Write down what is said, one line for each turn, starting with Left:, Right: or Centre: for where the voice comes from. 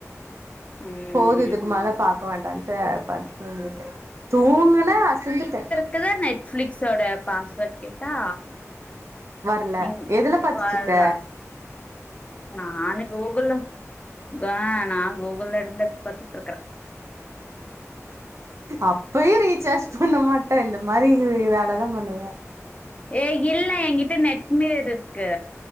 Left: ம்
Right: போது இதுக்கு மேல பாக்க வேண்டான்ட்டு பட்த் தூங்கிட்டே தூங்குன்னா அசந்துட்டே
Left: <unintelligible> நெட்ஃப்லிக்ஸோட பாஸ்வேர்ட் கேட்டா
Right: வரல
Left: நீங்
Right: எதுல பாத்துட்டுருக்க
Left: வர்ற நானு கூகுள்ல அ நா கூகுள்ல இருந்தே பாத்துட்டு இருக்கறே
Right: அப்பயும ரீசார்ஜ் பண்ண மாட்டே இந்த மாரி வேலதா பண்ணுவே
Left: ஏய் இல்ல என்கிட்ட நெட் மீர் இருக்கு